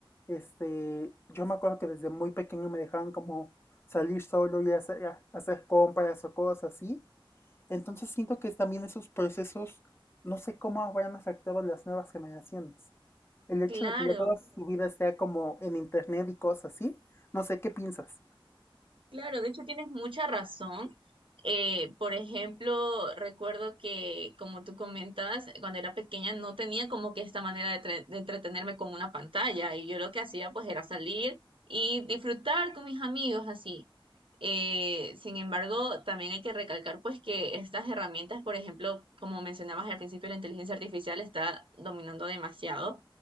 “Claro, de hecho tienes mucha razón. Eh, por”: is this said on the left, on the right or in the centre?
Right